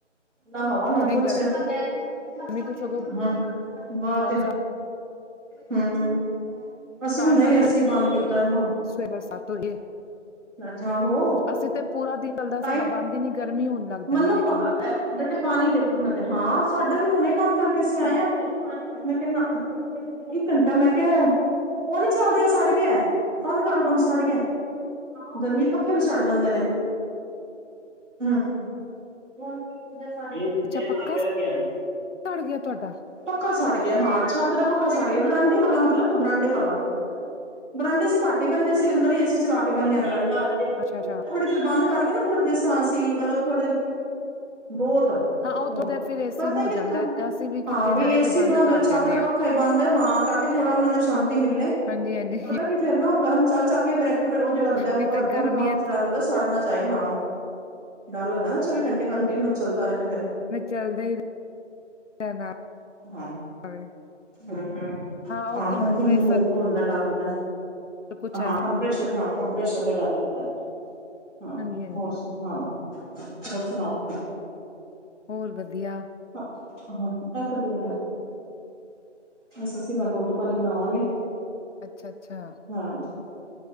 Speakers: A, in the centre; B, on the left (about 75°).
A: ਨਾ ਹਵਾ ਨਾ
B: ਨਹੀਂ
A: ਕੁਛ, ਹ
B: ਗਰਮੀ ਤੇ ਸਗੋਂ
A: ਬਾਹਰ
B: ਬਰਸਾਤ
A: ਤੇ ਹੁ-ਹੁ ਅਸੀਂ
B: ਤਾਂ
A: ਵੀ ਹੁਣੇ
B: ਨਾਲ
A: ਈ ਏਸੀ
B: ਹੋਈ
A: ਬੰਦ ਕੀਤਾ ਏ ਹਾਂ।
B: ਸਵੇਰ ਬਰਸਾਤ ਹੋਈ ਏ।
A: ਅੱਛਾ ਹੋ।
B: ਅਸੀਂ ਤੇ ਪੂਰਾ ਦਿਨ ਚੱਲਦਾ
A: ਤਾਂਹੀ
B: ਸਾਡਾ ਬੰਦ ਈ ਨੀ ਗਰਮੀ ਹੋਣ ਲੱਗ ਜਾਂਦੀ
A: ਮੈਨੂੰ
B: ਨੇ ਕਮਰੇ ਚ।
A: ਬੇਟੇ ਪਾਣੀ ਦੇਖ ਰੁੜ ਨਾ ਜਾਏ ਹਾਂ ਸਾਡਾ ਵੀ ਹੁਣੇ ਬੰਦ ਕਰਕੇ ਅਸੀਂ ਆਏ ਹਾਂ ਮੈਂ ਕਿਹਾ ਨਾ ਇੱਕ ਘੰਟਾ ਮੈਂ ਕਿਹਾ ਉਹ ਨੀ ਚੱਲ ਰਿਹਾ ਸੜ ਗਿਆ ਬੰਦ ਕਰ ਬੰਦ ਸੜ ਗਿਆ ਗਰਮੀ ਪੱਖੇ ਵੀ ਸੜ ਜਾਂਦੇ ਨੇ ਹਮ। ਇਦੇ ਤੇ
B: ਅੱਛਾ
A: ਹੀ
B: ਪੱਕਾ
A: ਬਹਿ ਗਿਆ ਹੁਣ।
B: ਸੜ ਗਿਆ ਤੁਹਾਡਾ
A: ਪੱਖਾ ਸੜ ਗਿਆ ਹਾਂ ਛੱਤ ਦਾ ਪੱਖਾ ਸੜ ਗਿਆ ਬਰਾਂਡੇ ਵਾਲਾ ਮਤਲਬ ਬਰਾਂਡੇ ਵਾਲਾ। ਬਰਾਂਡੇ ਅਸੀਂ ਘੱਟ ਹੀ ਬੈਨੇਆ ਸੀ ਅੰਦਰ ਹੀ ਏਸੀ ਚਲਾ ਕੇ ਬੈਨੇਆ ਅੰਦਰ ਈ,
B: ਅੱਛਾ-ਅੱਛਾ
A: ਥੋੜੀ ਦੇਰ ਬੰਦ ਕਰਕੇ ਏ ਨਾ ਥੋੜੀ ਦੇਰ ਸਾਂਸੀ ਮਤਲਬ ਥੋੜੇ ਬੋਹਤ-ਬੋਹਤ
B: ਹਾਂ ਉਹ ਥੋੜੀ ਦੇਰ ਫਿਰ ਏਸੀ
A: ਬਸ
B: ਨੂੰ
A: ਇਹ
B: ਹੋ
A: ਕਿ
B: ਜਾਂਦਾ ਅਸੀਂ ਵੀ
A: ਹਾਂ
B: ਕਿੱਥੇ
A: ਬ
B: ਜਾਣੇ
A: ਏਸੀ
B: ਤੇ
A: ਬੰਦ
B: ਕਰ
A: ਹੋ ਛਤ
B: ਦਿੰਦੇ
A: ਪ
B: ਹਾਂ।
A: ਪੱਖਾ ਹੀ ਬੰਦ ਹਾਂ ਤਾਂ ਕਿ ਥੋੜਾ ਉਹਨਾਂ ਨੂੰ ਸ਼ਾਂਤੀ ਮਿਲੇ।
B: ਹਾਂਜੀ-ਹਾਂਜੀ
A: ਫ਼ੇਰ ਨਾ ਉਹ ਗਰਮ ਚੱਲ-ਚੱਲ ਫੇ ਆ ਫੇਰ ਉਹ ਜਿਹੜ ਹੁੰਦਾ
B: ਨਹੀਂ
A: ਉੱਪਰ
B: ਤੇ
A: ਪੰਖਾ
B: ਗਰਮੀਆਂ
A: ਉਹਦੇ ਲੱਗਦਾ ਸੜ ਨਾ ਜਾਏ ਹਾਂ ਡਰ ਲੱਗਦਾ ਨਾ ਚੌਵੀ ਘੰਟੇ ਕੰਟੀਨਿਊ ਚੱਲਦਾ ਰਿਹਾ ਤੇ ਫਿਰ
B: ਚੱਲਦਾ ਹੀ <unintelligible>
A: ਹਾਂ
B: ਵੇ।
A: ਹੂੰ-ਹੂੰ
B: ਉਹ
A: ਹਾਂ
B: ਕੰਪ੍ਰੇਸਰ
A: ਕੰਟੀਨਿਊ ਫਿਰ ਹੋ ਹੁੰਦਾ ਡਰ ਲੱਗਦਾ
B: ਕੁਛ
A: ਹਾਂ
B: ਐਸਾ
A: ਕੰਪਰੈਸ਼ਰ ਹਾਂ ਕੰਪਰੈਸ਼ਰ ਦਾ ਡਰ ਲੱਗਦਾ। ਹਾਂ
B: ਹਾਂਜੀ ਹਾਂਜੀ
A: ਹੋਰ ਸੁ ਹਾਂ ਹੋਰ ਸੁਣਾਓ।
B: ਹੋਰ ਵਧੀਆ।
A: ਹਾਂ-ਹਾਂ ਇਹ ਕੱਢੀ ਬੇਟਾ ਬਸ ਅਸੀਂ ਰੋਟੀ ਪਾਣੀ ਬਣਾਵਾਂਗੇ।
B: ਅੱਛਾ ਅੱਛਾ
A: ਹਾਂ।